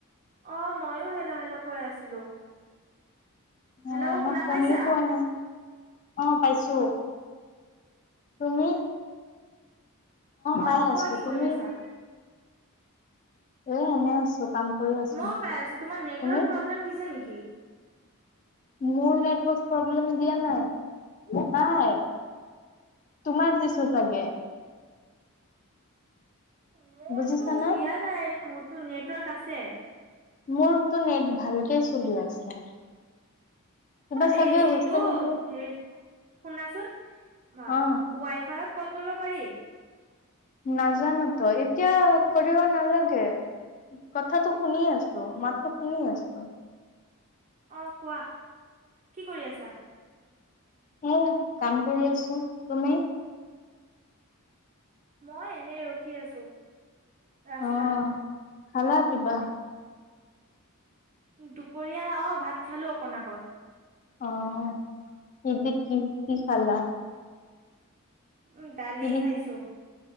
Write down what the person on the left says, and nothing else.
অ'
মই
শুনি
পোৱা নাই অ' পাইছো। তুমি? পাই
আছো।
তুমি?
এ' এনে আছোঁ কাম কৰি আছো।
তুমি?
মোৰ নেটৱৰ্ক প্ৰব্লেম দিয়া নাই, নাই। তোমাক দিছে চাগে!
বুজিছানে?
মোৰটো নেট ভালকে চলি আছে। কিবা
চাগে
হৈছে
নেকি?
অ'
নাজান তো, এতিয়া কৰিব নালাগে। কথাটো শুনি আছোঁ, মাতটো শুনি আছোঁ।
উম, কাম কৰি আছোঁ। তুমি?
অ খালা কিবা?
অ' <unintelligible> কি কি খালা?
কি দি